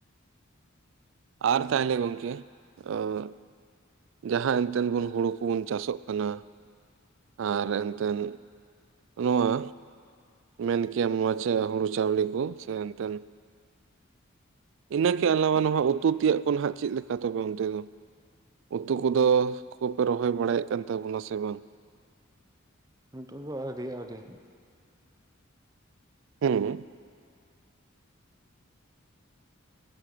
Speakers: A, on the right (about 65°); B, on the right (about 20°).
A: ᱟᱨ ᱛᱟᱭᱞᱮ ᱜᱚᱝᱠᱮ ᱚᱸ ᱡᱟᱦᱟᱸ ᱮᱱᱛᱮᱱ ᱵᱚᱱ ᱦᱩᱲᱩ ᱠᱚᱵᱚᱱ ᱪᱟᱥᱚᱜ ᱠᱟᱱᱟ ᱟᱨ ᱮᱱᱛᱮᱱ ᱱᱚᱣᱟ ᱢᱮᱱ ᱠᱮᱭᱟᱢ ᱱᱚᱣᱟ ᱪᱮᱫ ᱦᱩᱲᱩ ᱪᱟᱣᱞᱮ ᱠᱚ ᱥᱮ ᱮᱱᱛᱮᱱ ᱤᱱᱟᱹᱠᱮ ᱟᱞᱟᱣᱟ ᱱᱚᱣᱟ ᱩᱛᱩ ᱛᱮᱭᱟᱜ ᱠᱚ ᱱᱟᱦᱜ ᱪᱮᱫ ᱞᱮᱠᱟ ᱛᱮ ᱚᱱᱛᱮ ᱫᱚ? ᱩᱛᱩ ᱠᱚᱫᱚ ᱠᱚᱯᱮ ᱨᱚᱦᱚᱭ ᱵᱟᱲᱟᱭᱮᱫ ᱠᱟᱱ ᱛᱟᱵᱳᱱᱟ ᱥᱮ ᱵᱟᱝ?
B: ᱱᱤᱛᱳᱜ ᱫᱚ ᱟᱣᱨᱤ ᱟᱣᱨᱤ
A: ᱦᱩᱸ